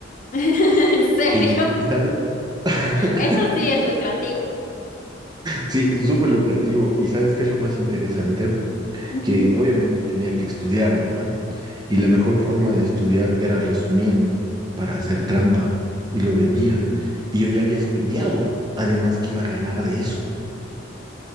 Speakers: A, on the left; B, on the right.
A: <laughs> ¿En serio?
B: Eh, y sabes, <laughs>
A: Eso sí es lucrativo.
B: sí, es súper lucrativo. ¿Y sabes qué es lo más interesante?
A: Ujú.
B: Que obviamente tenía que estudiar, ¿no? ve? Y la mejor forma de estudiar era resumiendo para hacer trampa. Y lo vendía. Y yo ya había estudiado. Además que iba a ganar de eso.